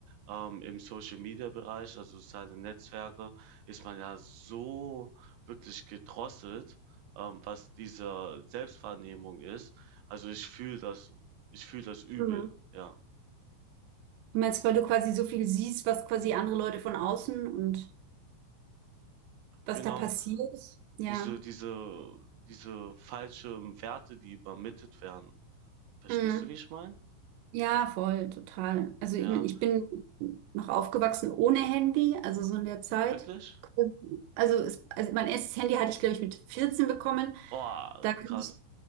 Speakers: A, on the right (about 85°); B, on the right (about 75°).
A: ähm, im Social-Media-Bereich, also soziale Netzwerke, ist man ja so wirklich gedrosselt, ähm, was diese Selbstwahrnehmung ist. Also ich fühle das, ich fühle das übel,
B: Mhm.
A: ja.
B: Du meinst, weil du quasi so viel siehst, was quasi andere Leute von außen und was
A: Genau,
B: da passiert.
A: diese,
B: Ja.
A: diese, diese falschen Werte, die übermittelt werden. Verstehst
B: Mhm.
A: du, wie ich meine?
B: Ja, voll, total. Also
A: Ja,
B: ich meine, ich bin noch aufgewachsen ohne Handy, also so in der Zeit.
A: wirklich?
B: Also, es, also mein erstes Handy hatte ich, glaube ich, mit 14 bekommen.
A: Oh,
B: Da
A: krass.
B: konnte ich,